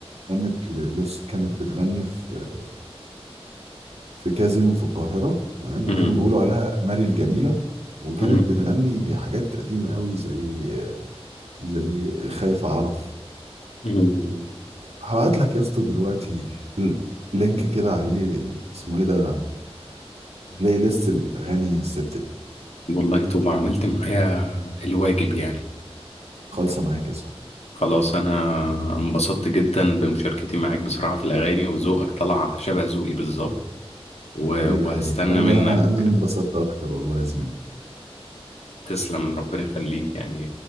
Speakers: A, on the right; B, on the left.
A: غنت ل- لسه كانت بتغني في في كازينو في القاهرة تمام وكانوا
B: امم
A: بيقولوا عليها ماري الجميلة وكانت
B: امم
A: بتغني حاجات قديمة قوي زي زي خايف أعرف
B: امم
A: و- هبعت لك يا اسطى دلوقتي ال- لينك كده عليه اسمه ايه ده بلاي ليست الأغاني الست دي
B: والله طب عملت معايا الواجب يعني
A: خالصة معاك يا صاحبي
B: خلاص انا انبسطت جدا بمشاركتي معاك بصراحة في الاغاني وذوقك طلع شبه ذوقي بالظبط و-
A: حبيبي
B: وهستنى
A: يا رايق والله
B: منك
A: انا انا اللي انبسطت اكتر والله يا زميلي
B: تسلم ربنا يخليك يعني